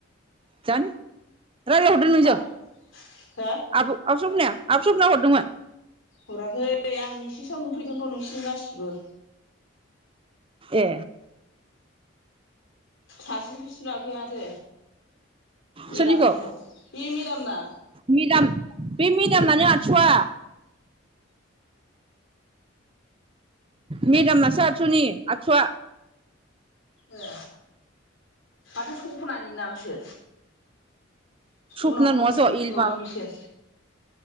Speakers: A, on the right; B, on the left.
A: जानि रायज्लायहरदों नोंजों
B: मा हो
A: आब' आब सफनाया आब सफना हरदोंमोन
B: हराखै आं मेसेजाव नुफैदों थ नोंसिोरनि गासिबो
A: ए
B: सासेनि नुवाखौ माथो मेदामनिखौ
A: सोरनिखौ
B: बे मेदामना
A: मेदाम बे मेदामनानो आसुआ मेदामनासो आदसुनि आदसुआ
B: ओ माथो सपनानि नामसो
A: सपना
B: उनाव खनसे
A: नङा ज'
B: फैफिनबावदों
A: इ माबा
B: मेसे